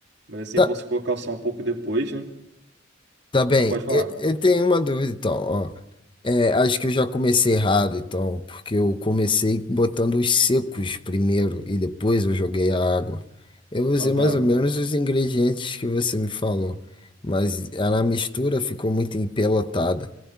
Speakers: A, on the right; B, on the left.
A: Mas é sempre
B: Ta-
A: bom você colocar o sal um pouco depois, né?
B: Tá bem,
A: Pode falar.
B: eu, eu tenho uma dúvida então, ó. É, acho que eu já comecei errado então, porque eu comecei botando os secos primeiro e depois eu joguei a água. Eu usei
A: Aham.
B: mais ou menos os ingredientes que você me falou, mas a mistura ficou muito empelotada.